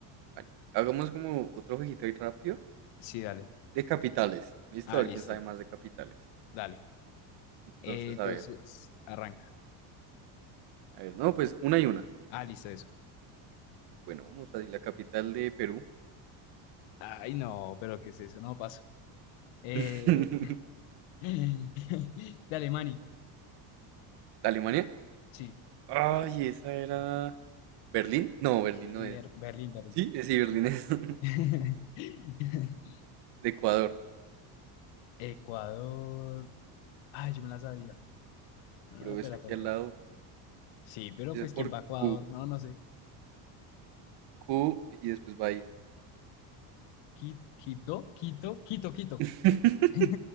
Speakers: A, on the right; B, on the left.
A: vale, hagamos como otro jueguito ahí rápido.
B: Sí, dale.
A: De capitales. Listo,
B: Ah,
A: a ver
B: listo.
A: quién sabe más de capitales.
B: Dale.
A: Entonces,
B: Eh, entonces,
A: a ver.
B: arranca.
A: A ver, no, pues una y una.
B: Ah, listo, eso.
A: Bueno, vamos a decir la capital de Perú.
B: Ay, no, pero ¿qué es eso? No paso. Eh,
A: <laughs>
B: <laughs> de Alemania.
A: ¿Alemania?
B: Sí,
A: Ay, esa era. ¿Berlín? No, Berlín
B: sí,
A: no es.
B: Ber- Berlín, Berlín.
A: Sí, eh, sí, Berlín
B: Sí.
A: es <laughs> de
B: <laughs>
A: Ecuador.
B: Ecuador. Ay, yo me la sabía. No,
A: Bro,
B: no, espera,
A: es aquí
B: espera,
A: al
B: espera.
A: lado.
B: Sí, pero
A: Empieza
B: pues
A: por
B: ¿quién va a Ecuador?
A: Q.
B: No, no sé.
A: Q y después va ahí.
B: Qui- Quito, Quito, Quito, Quito.
A: <laughs>
B: <laughs>